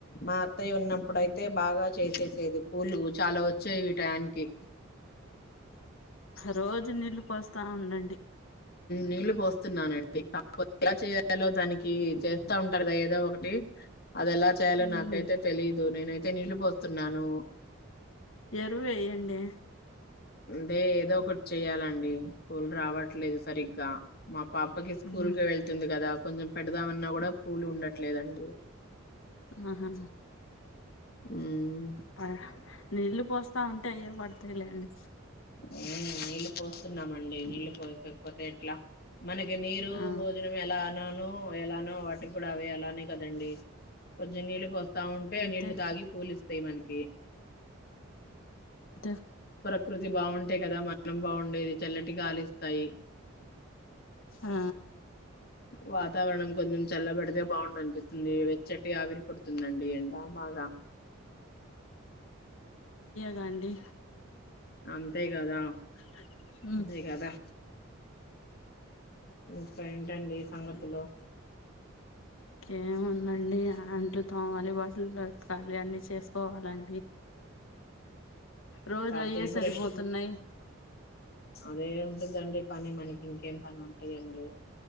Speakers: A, on the left (about 45°); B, on the left (about 75°).
A: మా ఉన్నప్పుడు
B: ఉమ్.
A: అయితే బాగా చేసింది చేదు పూలు చాలా వచ్చాయి వ టయానికి
B: రోజు నీళ్ళు పోస్తా ఉండండి
A: నీళ్లు పోస్తున్నానం <unintelligible> ఎలా చేయాలో దానికి ఈ జేత్తా ఉంటారు కదా ఏదో ఒకటి అది ఎలా చేయాలో
B: ఉహు
A: నాకైతే తెలీదు నేనైతే నీళ్ళుపోస్తున్నాను.
B: ఎరువు వేయండి
A: దే ఏదో ఒకటి చెయ్యాలండి పూలు రావట్లేదు సరిగ్గా మా పాపకి స్కూల్
B: ఉమ్
A: కి వెళ్తుంది కదా కొంచెం పెడదామన్నా కూడా పూలు ఉండట్లేదండి
B: ఆహా
A: హ్మ్.
B: ఆహ్ నీళ్ళు పోస్ తా ఉంటే అయే పడతాయిలేండి
A: ఉ నీళ్ళు పోస్తున్నామండి నీళ్ళు పోయకపోతే ఎట్లా, మనకి నీరు
B: ఆ
A: భోజనం ఎలా అననో ఎలానో వాటికి కూడా అవే అలానే కదండి. కొద్దిగ నీళ్ళు పోస్ తా ఉంటే
B: అంతే
A: నీళ్లు తాగి పూలిస్తాయి మనకి
B: తే
A: ప్రకృతి బాగుంటే కదా మనం బాగుండేది చల్లటి గాలిస్తాయి.
B: ఆ
A: వాతావరణం కొంచెం చల్లబడుతు ఏం బాగుం అనిపితుంది వెచ్చటి ఆవిరి పడుతుందండి ఎండా బాగా
B: గుంఢీ
A: అంతే కదా
B: అ
A: అదే కదా ఇంకా ఏంటండి సంగతులు
B: కేముందండి ఆంట్లుతో వాలి బాటిలు బ్రతకాలి అన్ని చేసుకోవాలండి రోజు
A: కాస్తపు
B: అయ్యే సరిపోతున్నాయి
A: రష్ట అదే ఉంటందండి పని మనకి ఇంకేం పని ఉంటాయండి